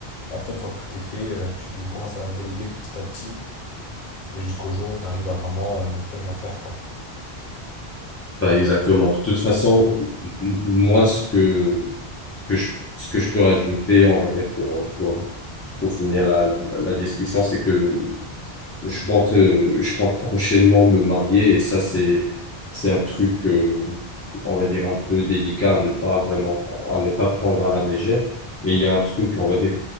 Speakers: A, on the left; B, on the left.
A: Et après, une fois que tout est fait, euh, tu te- commences à déléguer de petit à petit Et jusqu'au jour où tu arrives à vraiment euh, ne plus rien faire, quoi.
B: Bah, exactement. De toute façon, m- m- moi, ce que, que je, ce que je peux rajouter, on va dire, pour, pour pour finir la, la, la discussion, c'est que je compte, euh, je compte prochainement me marier et ça, c'est, c'est un truc, euh, on va dire, un peu délicat à ne pas vraiment, à ne pas prendre à la légère. Mais il y a un truc, on va dire,